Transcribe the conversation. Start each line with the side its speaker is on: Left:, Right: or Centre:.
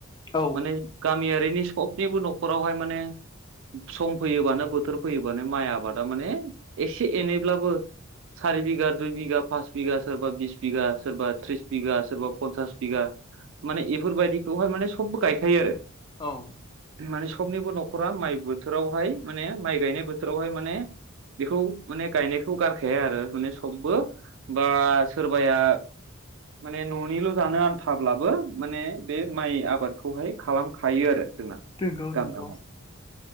Left: औ
Right: माने गामियारिनि सबनिबो न'खरावहाय माने सम फैयोबानो, बोथोर फैयोबानो माइ आबादा माने एसे एनैब्लाबो सारि बिगघा दइ बिघा फास बिगा सोरबा बिस बिघा सोरबा त्रिस बिगा सोरबा पन्सास बिघा माने बेफोरबायदिखौहाय माने सब गायखायो आरो।
Left: औ।
Right: माने सबनिबो न'खरा माइ बोथोरावहाय माने माइ गायनाय बोथोरावहाय माने बेखौ माने गायनायखौ गारखाया आरो माने सबबो बा सोरबाया माने न'निल' जानो आन्थाब्लाबो माने बे माइ आबादखौहाय खालामखायो आरो जोंना।
Left: नंगौ
Right: गामियावनो।
Left: नंगौ